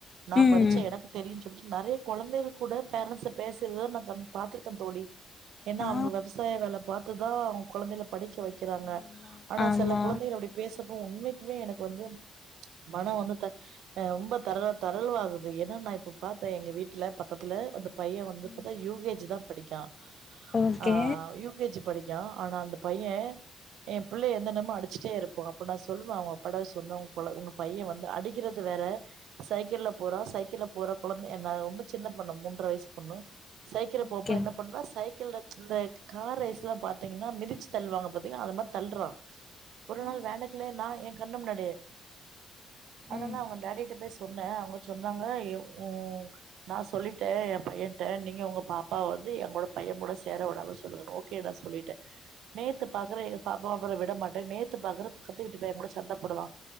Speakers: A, on the right; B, on the left.
A: நா
B: ம்
A: படிச்சேன் எனக்கு தெரிஞ் சொல்லிட்டு நெறைய கொழந்தைகளு கூட பேரன்ட்ஸ் பேசுறத நா கண் பாத்திருக்கேன் தோழி ஏன்னா
B: ஆ
A: அவங்க விவசாய வேல பாத் பார்த்து தான் அவங்க கொழந்தங்க படிக்க வைக் விக்கிறாங்க
B: ஆமா
A: ஆனா
B: ஆமா
A: சில கொழந்தைகள் அப்படி பேச உண்மைக்குமே எனக்கு வந்து மனம் வந்து த ஆஹ் ரொம்ப தர தரளவாகுது ஏன்னா நா இப்ப பார்த்தேன் எங்க வீட்டுல பக்கத்துல வந்து பைய வந்து
B: ம்
A: இப்பதா யு கே ஜி தா படிக்கா
B: ஓகே
A: ஆஹ் யூ கே ஜி படி யா ஆனா அந்த பைய எ பிள்ளய எந்த நேரமோ அடிச்சுட்டே இருப்போ அப்ப நா சொல்வே அவங்க அப்பட சொன்ன உங்க உங்க பைய வந்து அடிக்கறது வேற சைக்கிள்ளபோறா சைக்கிள்ளபோற குழந்த என்ன ரொம்ப சின்ன பொண்ணு மூன்ற வயசு பொண்ணு சைக்கிள்
B: ஓகே
A: போறப்போ என்ன பண்னா சைக்கிள்ள இந்த கார் ரைஸ்லா பாத்தீங்னா மிதிச்சு தல்வாங்க பாத்தீங்ளா அது மாரி தள்றா ஒரு
B: ஆ
A: நாள் வேண்டக்கலே நா ஏ கண்ணுமுன்னாடியே அதனால
B: ம்
A: அவங்க டேடிட்ட பேச சொன்னே அவங்க சொன்னாங்க எ உ நா சொல்லிட்டே எ பையன்ட நீங்க உங்க பாப்பாவ வந்து எ கூட பைய கூட சேர விடாம சொல்லுங்ணு ஓகே நா சொல்லிட்டே நேத்து பாக்குற எ பாப்பாவ அப்பரோ விட மாட்டேன் நேத்து பாக்குறே பக்கத்து வீட்டு பைய கூட சண்ட போடுரா